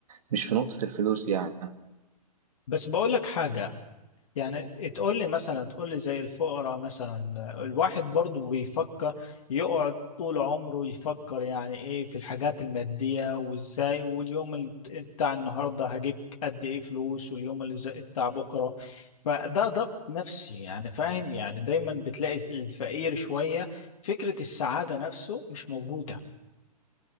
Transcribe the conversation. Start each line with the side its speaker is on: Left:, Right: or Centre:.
Right: مش في نقطة الفلوس يعني
Left: بس بقول لك حاجة يعني تقول لي مثلا تقول لي زي الفقراء مثلا الواحد برضو بيفكر يقعد طول عمره يفكر يعني ايه في الحاجات المادية وازاي واليوم ال- بتاع النهاردة هجيب قد ايه فلوس واليوم اللي زي بتاع بكرة فده ضغط نفسي يعني فاهم يعني دايما بتلاقي الفقير شوية فكرة السعادة نفسه مش موجودة